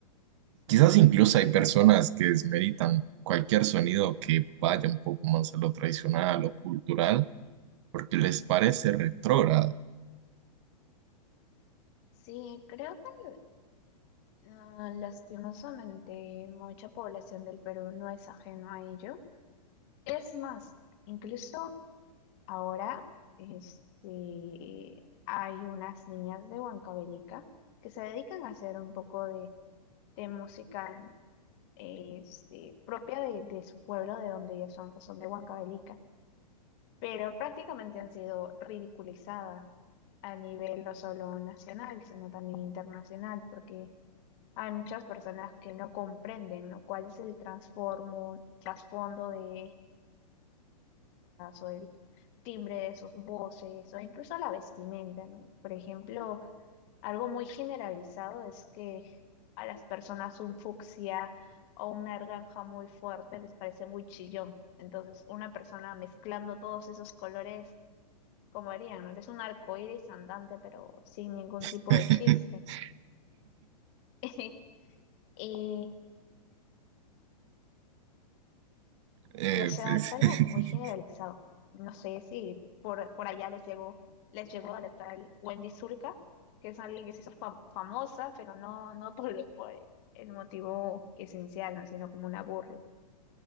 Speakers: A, on the right; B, on the left.
A: Quizás incluso hay personas que desmeritan cualquier sonido que vaya un poco más a lo tradicional o cultural porque les parece retrógrada.
B: Sí, creo que ah, lastimosamente mucha población del Perú no es ajeno a ello. Es más, incluso ahora este, hay unas niñas de Huancavelica que se dedican a hacer un poco de, de música este, propia de, de su pueblo, de donde ellas son, que son de Huancavelica, pero prácticamente han sido ridiculizadas a nivel no solo nacional, sino también internacional, porque hay muchas personas que no comprenden, ¿no? cuál es el transformo, trasfondo de o el timbre de sus voces o incluso la vestimenta, ¿no? Por ejemplo, algo muy generalizado es que a las personas un fucsia o una naranja muy fuerte les parece muy chillón. Entonces, una persona mezclando todos esos colores, como harían, ¿no? Es un arcoíris andante, pero sin ningún
A: <laughs>
B: tipo de chiste. <laughs> Y
A: Eh,
B: Y o sea,
A: pues,
B: es algo
A: <laughs>
B: muy generalizado. No sé si por, por allá les llegó, les llegó a la tal Wendy Zulka, que es alguien que se hizo fam- famosa, pero no, no por, <laughs> por el motivo esencial, ¿no? Sino como una burla.